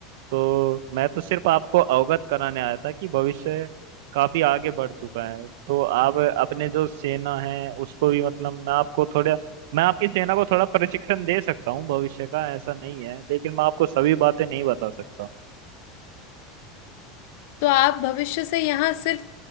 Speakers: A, on the right (about 65°); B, on the left (about 60°).
A: तो मैं तो सिर्फ आपको अवगत कराने आया था कि भविष्य काफी आगे बढ़ चुका है तो आप अपने जो सेना है उसको भी मतलब मैं आपको थोड़ा मैं आपकी सेना को थोड़ा प्रशिक्षण दे सकता हूँ भविष्य का ऐसा नहीं है लेकिन मैं आपको सभी बातें नहीं बता सकता
B: तो आप भविष्य से यहाँ सिर्फ